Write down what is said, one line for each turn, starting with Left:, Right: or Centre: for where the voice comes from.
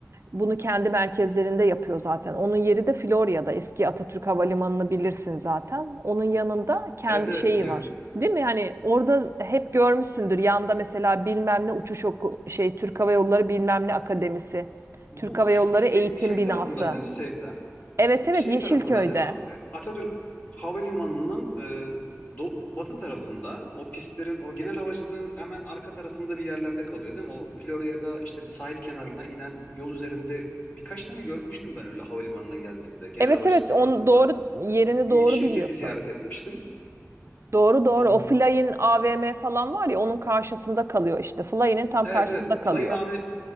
Right: Bunu kendi merkezlerinde yapıyor zaten. Onun yeri de Florya'da. Eski Atatürk Havalimanı'nı bilirsin zaten. Onun yanında kendi
Left: Evet evet
Right: şeyi
Left: biliyorum.
Right: var. Değil mi? Hani orada hep görmüşsündür. Yanda mesela bilmem ne uçuş oku şey Türk Hava Yolları bilmem ne akademisi.
Left: Bu
Right: Türk Hava Yolları
Left: şey,
Right: eğitim
Left: şey
Right: binası.
Left: tarafında değil mi Sevda?
Right: Evet
Left: şey
Right: evet Yeşilköy'de.
Left: tarafında değil mi? E, Atatürk Havalimanı'nın e, do- batı tarafında o pistlerin o genel havacılığın hemen arka tarafında bir yerlerde kalıyor değil mi? O Florya'da işte sahil kenarına inen yol üzerinde birkaç tane görmüştüm ben öyle havalimanına geldiğimde. Genel
Right: Evet
Left: havacılık
Right: evet on
Left: tarafında
Right: doğru yerini
Left: bir
Right: doğru
Left: şirketi
Right: biliyorsun.
Left: ziyaret etmiştim.
Right: Doğru doğru.
Left: Tamam.
Right: O Fly'in AVM falan var ya onun karşısında kalıyor işte. Fly'in tam
Left: Evet
Right: karşısında
Left: evet.
Right: kalıyor.
Left: Flying AV